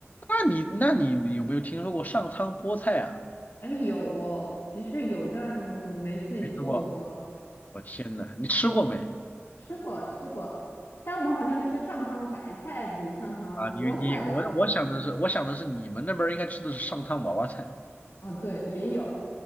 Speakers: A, on the left (about 35°); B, on the left (about 90°).
A: 那你那你有没有听说过上汤菠菜啊？
B: 哎，有哦，的确有，但没自己做过，
A: 没吃过，我天呐，你吃过没？
B: 吃过，吃过，但我好像吃上汤白菜比上汤菠菜要多。
A: 啊，你你我我想的是，我想的是你们那边儿应该吃的是上汤娃娃菜
B: 哦，对，也有，